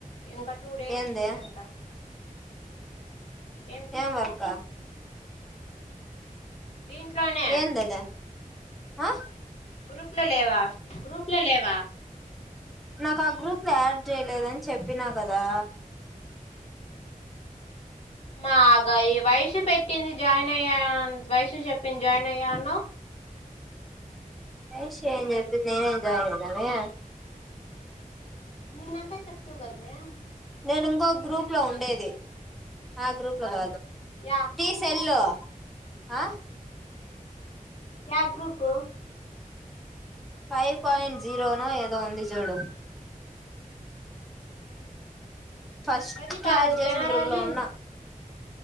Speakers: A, on the left; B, in the centre.
A: ఇంక టూ డేస్
B: ఏంది
A: నుంచి అంట ఏంది చెప్పుకో
B: ఏం వర్క్
A: దీంట్లోనె
B: ఏందది ఆ
A: గ్రూప్ లో లేవా గ్రూప్ లో లేవా
B: నాకు ఆ గ్రూప్ లొ యాడ్ చేయలేదని చెప్పినా కదా
A: మాగా ఈ వైషూ పెట్టింది జాయిన్ అయ్యా వైషూ చెప్పింది జాయిన్ అయ్యా అన్నావ్
B: వైషూ ఏం చెప్పింది నేనేమ్ జాయిన్ అయినానె
A: నిన్నంతా చెప్తివిగద మే
B: నేను ఇంగొ గ్రూప్ లొ ఉండేది ఆ గ్రూప్ లొ గాదు
A: యా
B: తీ సెల్లు ఆ
A: యా గ్రూపు
B: ఫైవ్ పాయింట్ జీరోనో ఏదో ఉంది చూడు ఫస్ట్
A: అది
B: క్లాస్
A: కాదు
B: చేసిన
A: జనరల్
B: గ్రూప్ లొ ఉన్నా